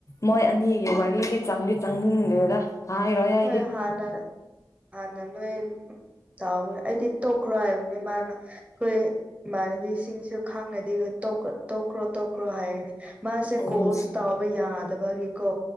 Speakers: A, on the left; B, on the right.
A: ꯃꯣꯏ ꯑꯅꯤꯒꯤ ꯋꯥꯔꯤꯗꯤꯪꯗꯤ ꯆꯪꯅꯤꯡꯟꯗꯦꯗ ꯍꯥꯏꯔꯣꯏ ꯑꯩꯗꯤ
B: ꯍꯣꯏ ꯍꯥꯟꯅ ꯍꯥꯟꯅ ꯅꯣꯏ ꯎ ꯇꯕ ꯑꯩꯗꯤ ꯇꯣꯛꯈ꯭ꯔꯣ ꯍꯥꯏꯕ ꯅꯣꯏ ꯃꯥꯅ ꯑꯩꯈꯣꯏ ꯏꯃꯥꯟꯅꯕꯤꯁꯤꯡꯁꯨ ꯈꯥꯡꯅꯗꯤ ꯇꯣꯛꯈ꯭ꯔꯣ ꯇꯣꯛꯈ꯭ꯔꯣ ꯍꯥꯏꯒꯅꯤ ꯃꯥꯁꯦ
A: ꯎꯝ
B: ꯀꯣꯜꯁꯨ ꯇꯥꯎꯕ ꯌꯥꯗꯕꯒꯤꯀꯣ